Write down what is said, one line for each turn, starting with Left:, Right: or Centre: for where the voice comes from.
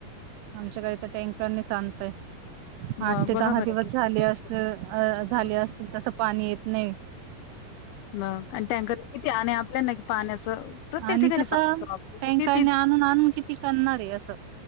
Right: आमच्याकडे तर टँकरनी आणतय
Left: मग
Right: आठ ते
Left: बघा
Right: दहा
Left: बरं
Right: दिवस
Left: किती
Right: झाले
Left: भेटते.
Right: असतील झाले
Left: हं,
Right: असतील
Left: हं.
Right: तसं पाणी येत नाही
Left: आणि टँकर किती आणि आपल्या ना क पाण्या प्रत्येक
Right: आणि
Left: ठिकाणी
Right: कसं टँकरने
Left: <inaudible>
Right: आणून आणून किती करणार आहे असं.